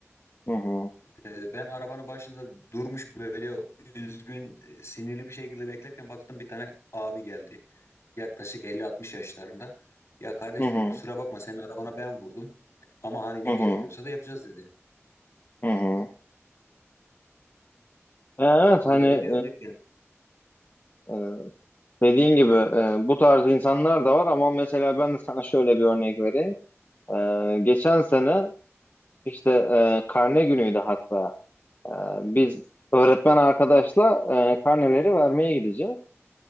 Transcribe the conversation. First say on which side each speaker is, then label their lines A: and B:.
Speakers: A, on the left; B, on the left.
A: hı hı,
B: Ee, Ben arabanın başında durmuş böyle üzgün, e, sinirli bir şekilde beklerken baktım bir tane abi geldi. Yaklaşık elli 60 yaşlarında. Ya kardeş
A: hı hı,
B: dedi kusura bakma senin arabana ben vurdum. Ama hani ne
A: hı hı,
B: gerekiyorsa da yapacağız dedi.
A: hı hı. Ya Evet
B: Böyle
A: hani
B: bir örnek yani.
A: e, e, dediğin gibi e, bu tarz insanlar da var ama mesela ben de sana şöyle bir örnek vereyim. E, geçen sene işte e, karne günüydü hatta. E, biz öğretmen arkadaşla e, karneleri vermeye gideceğiz.